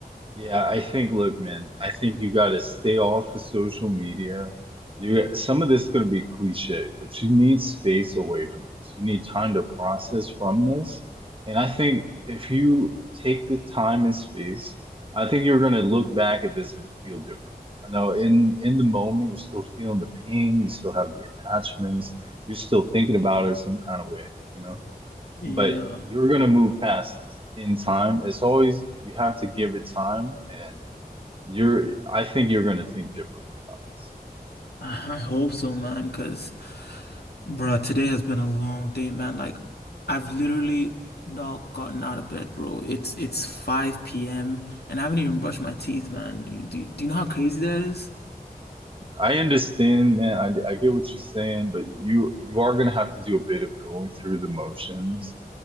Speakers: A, on the right; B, on the left.
A: Yeah, I think look, man, I think you got to stay off of social media. You got, some of this is going to be cliche, but you need space away from this. You need time to process from this. And I think if you take the time and space, I think you're going to look back at this and feel different. I know in in the moment you're still feeling the pain, you still have the attachments, you're still thinking about it some kind of way, you know.
B: Yeah,
A: but you're gonna move past this in time. It's always you have to give it time, and you're. I think you're gonna think differently about this.
B: I I hope so, man. Because, bro, today has been a long day, man. Like, I've literally not gotten out of bed, bro. It's it's 5 p.m. and I haven't even brushed my teeth, man. Do you, do you, do you know how crazy that is?
A: I I understand, man. I I get what you're saying, but you you are gonna have to do a bit of going through the motions,